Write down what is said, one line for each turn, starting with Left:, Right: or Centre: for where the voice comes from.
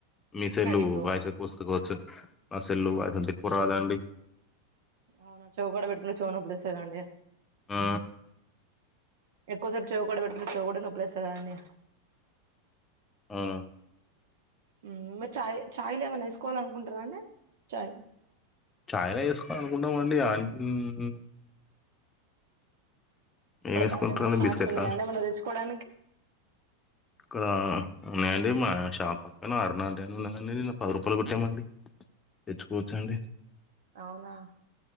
Left: మీ సెల్లూ
Right: అయ్యో
Left: వాయిస్ ఎక్కవొస్తది గావచ్చు. నా సెల్లులొ, వాయిసంతెక్కువ రాదండి.
Right: అవునా? చెవుకాడా పెట్టుకొని, చెవునొప్పి లేస్థాదికదండి.
Left: ఆ
Right: ఎక్కో సేపు చెవ్ కాడ బెట్ టె గుడ నొప్పి లేస్తకదండి.
Left: అవునా?
Right: ఊహ్ చాయ్! చాయ్ల ఏమన్న ఏస్కోవాలనుకుంటరా అండి? చాయ్
Left: చాయ్ల ఏస్కొవాలనుకుంటామండి. ఆఁయ్ ఊఁహు. ఏం
Right: అక్కడ
Left: ఏస్కుంటరండి
Right: ఏమైనా షాప్స్
Left: బిస్కెట్లా?
Right: ఉన్నాయా అండి ఏమన్నా తెచ్చుకోవడానికి
Left: క నయిందే మాహషి డా పక్కన అరునాంటి అని ఉండేది అండీ నిన్న పది రూపాయలు కొట్టామండి తెచ్చుకోవచ్చా అండి
Right: అవునా